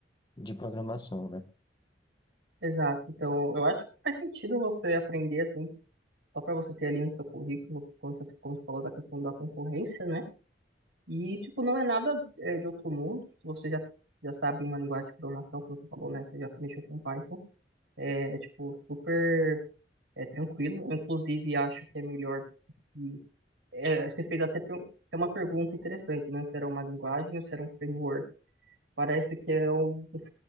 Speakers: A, on the left; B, on the right.
A: de programação, né?
B: Exato. Então, eu acho que faz sentido você aprender assim, só para você ter ali no seu currículo, quando você, como você falou da questão da concorrência, né? E, tipo, não é nada é, de outro mundo. Se você já, já sabe uma linguagem de programação, como você falou, né? Você já mexeu com Python. É, é, tipo, super é, tranquilo. Inclusive, acho que é melhor. que É, você fez até per- até uma pergunta interessante, né? Se era uma linguagem ou se era um framework. Parece que é um-